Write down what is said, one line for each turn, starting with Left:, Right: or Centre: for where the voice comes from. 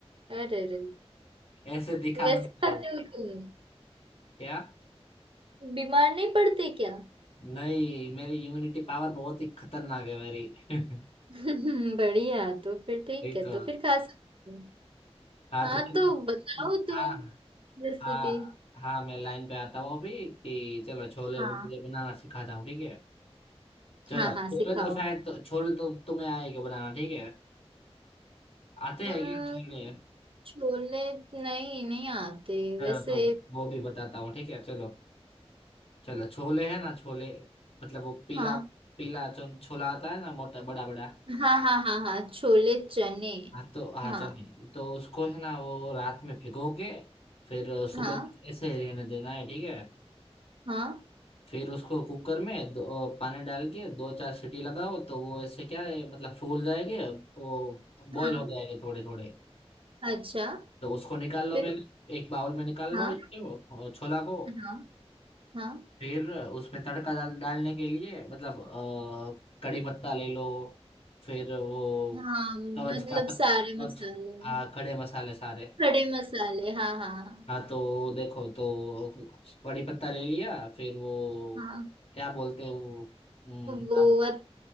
Right: अरे अरे
Left: ऐसे दिखा
Right: वैसे
Left: बनता
Right: खाते
Left: है वो
Right: हो तुम
Left: क्या
Right: बीमार नहीं पड़ते क्या
Left: नहीं मेरी इम्यूनिटी पावर बहुत ही खतरनाक है मेरी <laughs>
Right: <laughs> बढ़िया तो फिर
Left: नहीं
Right: ठीक है
Left: तो
Right: तो फिर खा सकते हो
Left: हाँ
Right: हाँ
Left: तो चलो
Right: तो बताओ तुम
Left: हाँ
Right: रेसिपी
Left: हाँ हाँ मैं लाइन पे आता हूँ अभी कि चलो छोले
Right: हाँ
Left: भटूरे बनाना सिखाता हूँ ठीक है चलो
Right: हाँ हाँ
Left: छोले
Right: सिखाओ
Left: तो शायद तो, छोले तो तुम्हें आएगा बनाना ठीक है आते
Right: अम्म,
Left: हैं क्या छोले
Right: छोले नहीं नहीं आते
Left: चलो
Right: वैसे
Left: तो वो भी बताता हूँ ठीक है चलो चलो छोले है ना छोले मतलब वो पीला
Right: हाँ
Left: पीला जो छोला आता है ना मोटा बड़ा बड़ा
Right: हाँ हाँ हाँ हाँ छोले चने
Left: हाँ तो हाँ
Right: हाँ
Left: चलिए तो उसको है ना वो रात में भिगो के फिर सुबह
Right: हाँ
Left: ऐसे ही रहने देना है ठीक है
Right: हाँ
Left: फिर उसको कुकर में दो पानी डाल के दो चार सीटी लगाओ तो वो ऐसे क्या है मतलब फूल जाएंगे वो बॉईल
Right: हाँ
Left: हो जाएंगे थोड़े थोड़े
Right: अच्छा
Left: तो उसको निकाल लो
Right: फिर
Left: पहले एक बाउल में निकाल
Right: हाँ
Left: लो उसको और छोला को
Right: हाँ हाँ
Left: फिर उसमें तड़का डाल, डालने के लिए मतलब अ, कड़ी पत्ता ले लो फिर वो
Right: हाँ मतलब
Left: तवज का पत-
Right: सारे
Left: तवज
Right: मसाले
Left: हाँ खड़े मसाले सारे
Right: खड़े मसाले हाँ हाँ हाँ
Left: हाँ तो देखो तो कड़ी पत्ता ले लिया फिर वो
Right: हाँ
Left: क्या बोलते हैं वो हम्म,
Right: वो अत-